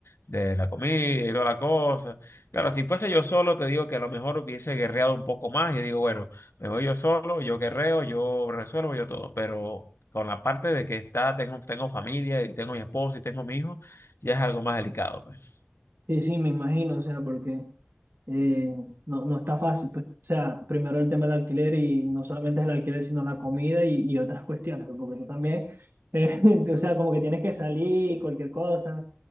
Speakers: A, on the left (about 90°); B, on the right (about 65°).
A: de la comida y toda la cosa. Claro, si fuese yo solo, te digo que a lo mejor hubiese guerreado un poco más, yo digo, bueno. Me voy yo solo, yo guerreo, yo resuelvo, yo todo. Pero con la parte de que está, tengo, tengo familia y tengo mi esposa y tengo mi hijo, ya es algo más delicado. pues.
B: Sí, sí, me imagino, o sea, porque eh, no, no está fácil, pues. O sea, primero el tema del alquiler y no solamente es el alquiler, sino la comida y, y otras cuestiones, pues, porque tú también, eh, <laughs> o sea, como que tienes que salir, cualquier cosa.